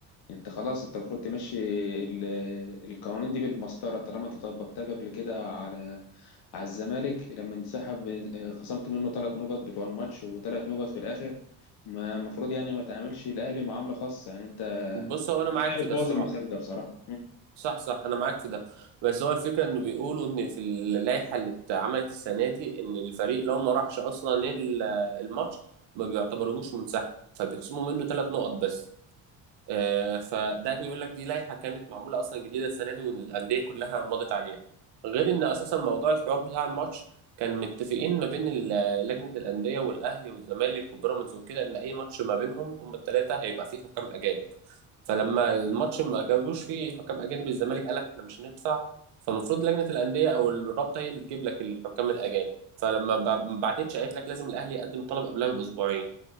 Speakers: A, on the left (about 65°); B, on the right (about 70°).
A: انت خلاص انت المفروض تمشي ال- القوانين دي بالمسطره طالما انت طبقتها قبل كده على على الزمالك لما انسحب اه، خصمت منه ثلاث نقط بتوع الماتش وثلاث نقط في الاخر ما المفروض يعني ما تعاملش الاهلي معامله خاصه يعني انت
B: بص هو انا معاك
A: كده
B: في
A: بتبوظ
B: ده الصراحة
A: المسابقه بصراحه
B: صح صح انا معاك في ده بس هو الفكرة انه بيقولوا ان في اللائحة اللي اتعملت السنة دي ان الفريق لو ما راحش اصلا ال- الماتش ما بيعتبرهوش منسحب فبيخصموا منه ثلاث نقط بس آه، فده بيقول لك دي لائحة كانت معمولة أصلا جديدة السنة دي والأندية كلها مضت عليها غير إن أساسا موضوع الحوار بتاع الماتش كان متفقين ما بين ال- لجنة الأندية والأهلي والزمالك وبيراميدز وكده إن أي ماتش ما بينهم هما التلاتة هيبقى فيه حكام أجانب فلما الماتش ما جابوش فيه حكام أجانب الزمالك قال لك إحنا مش هندفع فالمفروض لجنة الأندية أو الرابطة هي اللي تجيب لك الحكام الأجانب فلما ب- ما بعتتش قالت لك لازم الأهلي يقدم طلب قبلها بأسبوعين